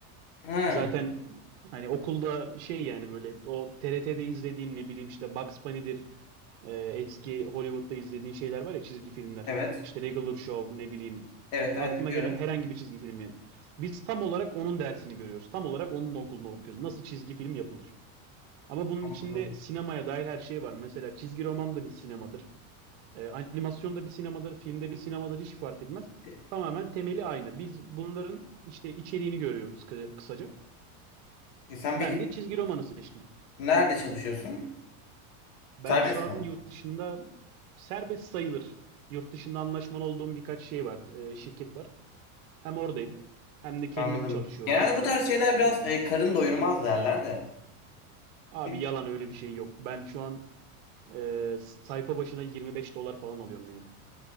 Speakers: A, on the left; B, on the right.
A: Ha,
B: Zaten hani okulda şey yani böyle o TRT'de izlediğin ne bileyim işte Bugs Bunny'dir e, eski Hollywood'da izlediğin şeyler var ya çizgi filmler.
A: evet.
B: İşte Regular Show ne bileyim
A: Evet
B: aklına
A: evet biliyorum.
B: gelen herhangi bir çizgi film yani. Biz tam olarak onun dersini görüyoruz. Tam olarak onun okulunu okuyoruz. Nasıl çizgi film yapılır? Ama bunun
A: Anladım.
B: içinde sinemaya dair her şey var. Mesela çizgi roman da bir sinemadır. E, animasyon da bir sinemadır. Filmde bir sinemadır. Hiç fark etmez.
A: E,
B: Tamamen temeli aynı. Biz bunların işte içeriğini görüyoruz kı- kısaca.
A: e, sen
B: Ben
A: peki
B: de çizgi romanı seçtim.
A: nerede çalışıyorsun?
B: Ben
A: Serbest
B: şu an
A: mi?
B: yurt dışında serbest sayılır. Yurt dışında anlaşmalı olduğum birkaç şey var, e, şirket var. Hem oradayım hem de kendim
A: Anladım.
B: çalışıyorum
A: Genelde
B: falan.
A: bu tarz şeyler biraz
B: Öyle.
A: e, karın doyurmaz derler de.
B: Abi
A: Bir
B: yalan öyle bir şey yok. Ben şu an e, sayfa başına 25 dolar falan alıyorum yani.